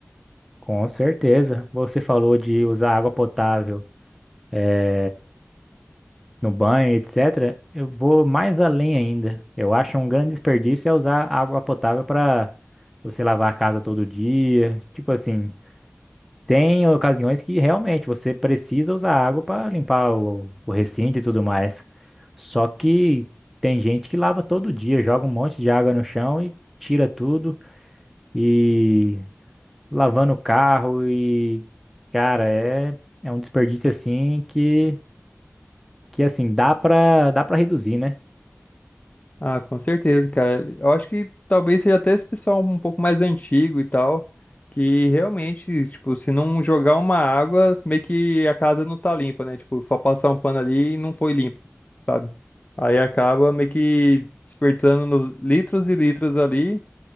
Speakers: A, in the centre; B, on the left (about 30°).
A: Com certeza. Você falou de usar água potável, eh, no banho, etc. Eu vou mais além ainda. Eu acho um grande desperdício é usar água potável para você lavar a casa todo dia. Tipo assim, Tem ocasiões que realmente você precisa usar água para limpar o, o recinto e tudo mais. Só que tem gente que lava todo dia, joga um monte de água no chão e tira tudo e lavando o carro e cara, é é um desperdício assim que que assim dá para dá para reduzir, né?
B: Ah, com certeza, cara. Eu acho que talvez seja até esse pessoal um pouco mais antigo e tal, que realmente, tipo, se não jogar uma água, meio que a casa não tá limpa, né? Tipo, só passar um pano ali e não foi limpo, sabe? Aí acaba meio que despertando no- litros e litros ali